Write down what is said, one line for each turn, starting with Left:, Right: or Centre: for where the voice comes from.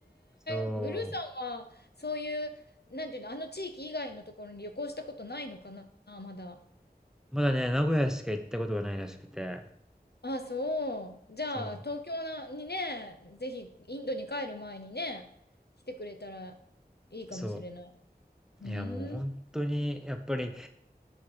Centre: そ
Left: えグルーさんは、そういう、なんていうの、あの地域以外のところに旅行したことないのかな、まだ。
Centre: う、まだね、名古屋しか行ったことがないらしくて、
Left: あ、そう。じゃあ、
Centre: そう、
Left: 東京なにね、ぜひ、インドに帰る前にね、来てくれたらいいかもしれない。
Centre: そ
Left: うーん。
Centre: う、いや、もう本当にやっぱり